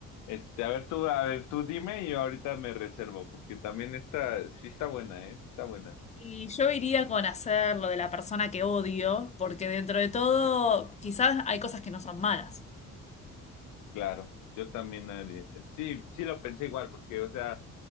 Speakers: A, on the left; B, on the left.
A: Este, a ver tú, a ver tú dime y yo ahorita me reservo, porque también esta, sí está buena, ¿eh? Sí Está buena.
B: Y yo iría con hacer lo de la persona que odio, porque dentro de todo, quizás hay cosas que no son malas.
A: Claro, yo también, eh, sí, sí lo pensé igual, porque, o sea,